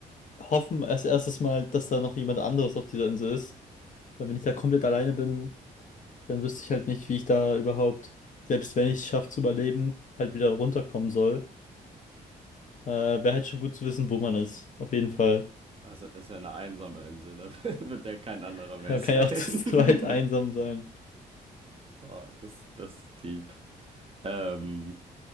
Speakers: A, on the left (about 40°); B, on the right (about 25°).
A: hoffen als erstes mal, dass da noch jemand anderes auf dieser Insel ist. Weil wenn ich da komplett alleine bin, dann wüsste ich halt nicht, wie ich da überhaupt, selbst wenn ich es schaffe zu überleben, halt wieder runterkommen soll. Äh, wäre halt schon gut zu wissen, wo man ist. Auf jeden Fall.
B: Also ist ja eine einsame Insel, da <laughs> wird ja kein anderer
A: <laughs>
B: mehr
A: Kann
B: sein.
A: ja auch <laughs> zu
B: <laughs>
A: zweit einsam sein.
B: Oh, das, das ist deep. Ähm.